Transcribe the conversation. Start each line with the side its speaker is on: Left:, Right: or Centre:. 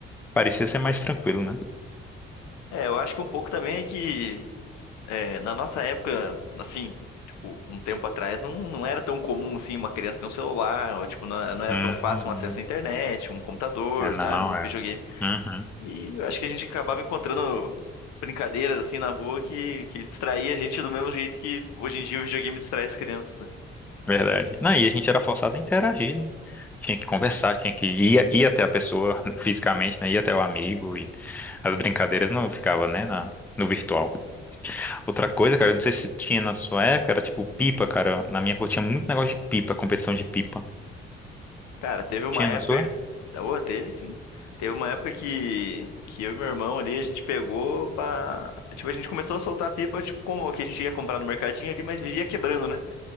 Centre: parecia ser mais tranquilo, né?
Left: É, eu acho que um pouco também é que, é, na nossa época, assim, tipo, um tempo atrás, não, não era tão comum, assim, uma criança ter um celular, ou, tipo, não, não era
Centre: Hum,
Left: tão fácil um acesso à internet, um computador,
Centre: é, não,
Left: sabe, um
Centre: é.
Left: videogame
Centre: Uhum,
Left: E eu acho que a gente acabava encontrando brincadeiras assim na rua que, que distraía a gente do mesmo jeito que hoje em dia o videogame distrai as crianças, né?
Centre: verdade. Não, e a gente era forçado a interagir, né? Tinha que conversar, tinha que ir, ir até a pessoa fisicamente, né? Ir até o amigo e as brincadeiras não ficava, né, na, no virtual. Outra coisa, cara, eu não sei se tinha na sua época, era tipo pipa, cara. Na minha rua tinha muito negócio de pipa, competição de pipa.
Left: Cara, teve uma
Centre: Tinha
Left: época.
Centre: na sua?
Left: tá boa, teve sim. Teve uma época que, que eu e meu irmão ali, a gente pegou pra. Tipo, a gente começou a soltar pipa, tipo, como que a gente ia comprar no mercadinho ali, mas vivia quebrando, né?